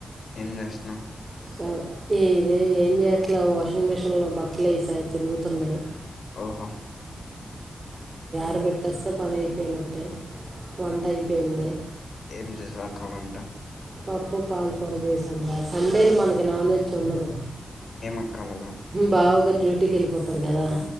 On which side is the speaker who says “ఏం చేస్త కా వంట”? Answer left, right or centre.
Left